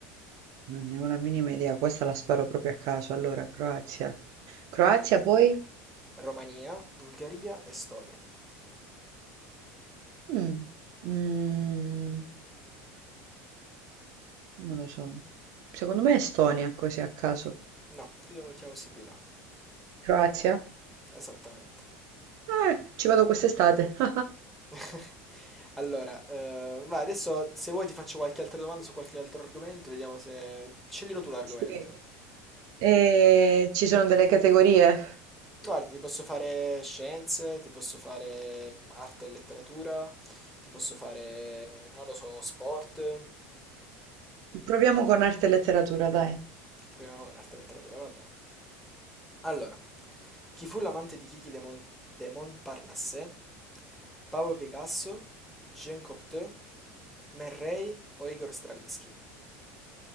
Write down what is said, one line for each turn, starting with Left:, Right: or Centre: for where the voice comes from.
Right: Non ne ho la minima idea, questa la sparo proprio a caso. Allora, Croazia. Croazia poi?
Centre: Romania, Bulgaria, Estonia.
Right: Mm. Mm, non lo so. Secondo me Estonia, così a caso.
Centre: No, ti do un'ultima possibilità.
Right: Croazia?
Centre: Esattamente.
Right: Eh, ci vado quest'estate. <laughs>
Centre: <laughs> Allora, ehm, vai adesso se vuoi ti faccio qualche altra domanda su qualche altro argomento, vediamo se... Sceglilo tu l'argomento.
Right: Sì. E ci sono delle categorie.
Centre: Guarda, ti posso fare scienze, ti posso fare arte e letteratura, ti posso fare, non lo so, sport.
Right: Proviamo con arte e letteratura, dai.
Centre: Proviamo con arte e letteratura, va bene. Allora, chi fu l'amante di Kiki de, Mon- de Montparnasse? Pablo Picasso, Jean Cocteau, Man Ray o Igor Stravinsky?